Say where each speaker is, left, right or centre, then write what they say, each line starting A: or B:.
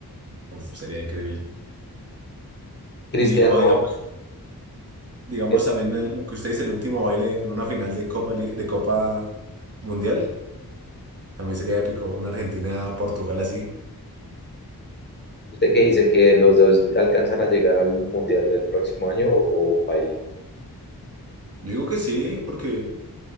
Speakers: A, on the right (about 40°); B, on the left (about 30°).
A: uf, sería increíble.
B: Cristiano,
A: Y, o digamos, digamos
B: que
A: también el- lo que usted dice, el último baile en una final de Copa, Li- de Copa Mundial, también sería épico, una Argentina-Portugal así.
B: ¿Usted qué dice? ¿Que los dos alcanzan a llegar al Mundial del próximo año o, o paila?
A: Yo digo que sí, porque,